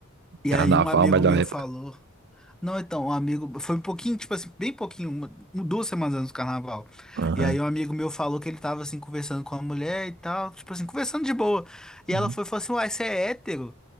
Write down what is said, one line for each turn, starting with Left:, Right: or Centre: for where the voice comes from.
Centre: E
Right: carnaval,
Centre: aí um amigo
Right: melhor
Centre: meu
Right: época.
Centre: falou. Não, então, um amigo. Foi um pouquinho, tipo assim, bem pouquinho, uma- um, duas semanas antes do carnaval.
Right: Aham.
Centre: E aí, um amigo meu falou que ele tava, assim, conversando com a mulher e tal, tipo assim, conversando de boa. E
Right: Uhum.
Centre: ela foi e falou assim: Uai, você é hétero?